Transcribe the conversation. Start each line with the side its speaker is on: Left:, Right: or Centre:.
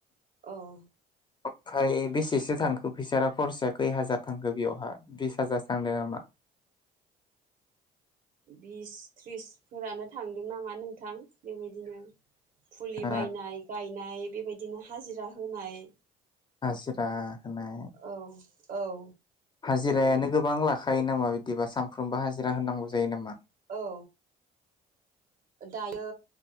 Right: औ
Left: ओमफ्राय बेसेसो थांखो फैसा खरसाया खै हाजार थांखो बेयावहा बिस हाजारसो थांदों नामा
Right: बिस थ्रिसफोरानो थांदों नामा नोंथां बेबायदिनो फुलि
Left: ओ
Right: बायनाय गायनाय बेबायदिनो हाजिरा होनाय
Left: हाजिरा होनाय
Right: औ औ
Left: हाजिरायानो गोबां लाखायो नामा बिदिबा सानफ्रोमबो हाजिरा होनांगौ जायो नामा
Right: औ दायो